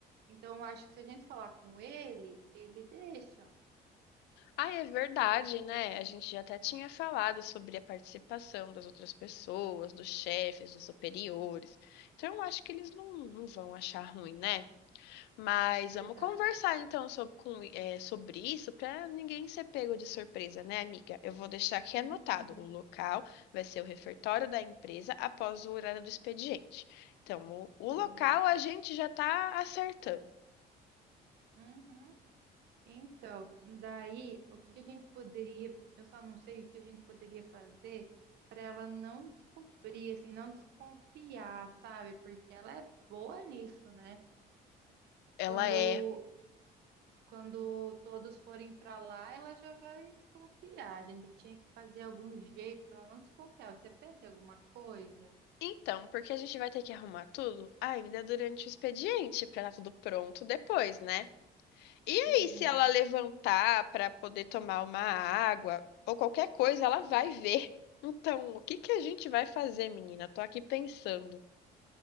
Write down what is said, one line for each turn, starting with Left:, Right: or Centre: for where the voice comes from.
Right: Então, eu acho que se a gente falar com ele, ele deixa.
Left: Ai é verdade, né? A gente já até tinha falado sobre a participação das outras pessoas, dos chefes, dos superiores. Então, eu acho que eles não, não vão achar ruim, né? Mas
Right: É verdade.
Left: vamos conversar então sobre, com- é, sobre isso para ninguém ser pego de surpresa, né, amiga? Eu vou deixar aqui
Right: Uhum.
Left: anotado. O local vai ser o refeitório da empresa após o horário do expediente. Então, o, o
Right: Isso.
Left: local a gente já está acertando.
Right: Uhum. Então, daí, o que que a gente poderia, eu só não sei o que a gente poderia fazer para ela não descobrir, assim, não desconfiar, sabe? Porque ela é boa nisso, né?
Left: Ela
Right: Quando
Left: é.
Right: quando todos forem para lá, ela já vai desconfiar. A gente tinha que fazer algum jeito para ela não desconfiar. Você pensa em alguma coisa?
Left: Então, porque a gente vai ter que arrumar tudo ainda durante o expediente para estar tudo pronto depois, né? E aí,
Right: Uhum.
Left: se ela levantar para poder tomar uma água ou qualquer coisa, ela vai ver. Então, o que que a gente vai fazer, menina? Tô aqui pensando.